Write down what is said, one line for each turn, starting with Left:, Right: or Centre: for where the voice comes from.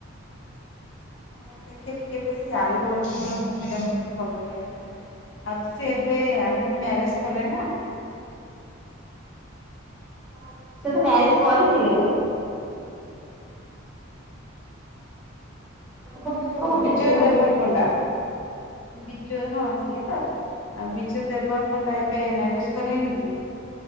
Left: ମୁଁ ଦେଖେ ଟିକେ ବେଶି ଆଲୁ ଅର୍ଜୁନର ମୁଭି ଟା ମତେ ଭଲ ଲାଗେ। ଆଉ ତ ସେ ଏବେ ଆଙ୍କୁ ମ୍ୟାରେଜ କଲେ ନା।
Centre: କାହାକୁ ସେ ତ ମ୍ୟାରେଜ କରିଥିଲେ ତ। ଗୋଟେ
Left: ଉଁ ଯଉ
Centre: ପୁଅ ଗୋଟେ
Left: ବିଜୟ
Centre: ଝିଅ
Left: ଦେବର କଣ୍ଡା ବିଜୟ ହଁ ସିଏ ତ। ଆଉ ବିଜୟ ଦେବର କଣ୍ଡା ଏବେ ମ୍ୟାରେଜ କଲେନି କି।